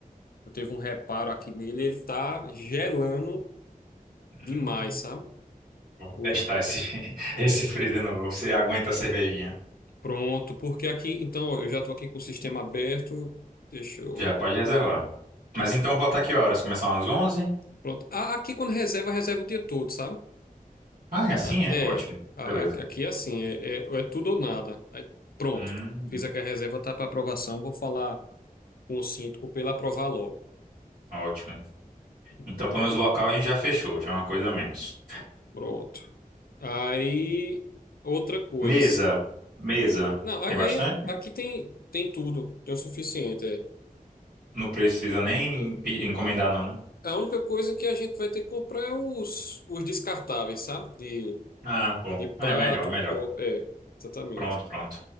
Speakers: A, on the left (about 80°); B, on the right (about 75°).
A: eu teve um reparo aqui nele, ele tá gelando demais,
B: Hum,
A: sabe?
B: vamos
A: Porque,
B: testar esse, <laughs>
A: é,
B: esse freezer novo. Você aguenta a cervejinha?
A: pronto, porque aqui, então ó, eu já estou aqui com o sistema aberto, deixa eu.
B: Já pode reservar. Mas então, botar que horas? Começar às 11?
A: Pronto. A- Aqui quando reserva, reserva o dia todo, sabe?
B: Ah, é assim,
A: Ah,
B: é?
A: É.
B: Ótimo.
A: A-
B: Beleza.
A: a- Aqui é assim, é, é- é tudo ou nada. Aí, pronto.
B: Hum,
A: Fiz aqui a reserva, tá para aprovação. Vou falar com o síndico para ele aprovar logo.
B: ótimo.
A: Então,
B: Então, pelo menos o local a gente já fechou, já é uma coisa a menos.
A: pronto. Aí, outra coisa.
B: Mesa. Mesa.
A: Não, aí,
B: Tem bastante?
A: aí aqui tem, tem tudo. Tem o suficiente. É.
B: Não precisa nem
A: É.
B: pe- encomendar, não, né?
A: A única coisa que a gente vai ter que comprar é os, os descartáveis, sabe? De,
B: Ah, bom.
A: de prato,
B: É melhor, melhor.
A: copo. É, exatamente.
B: Pronto, pronto.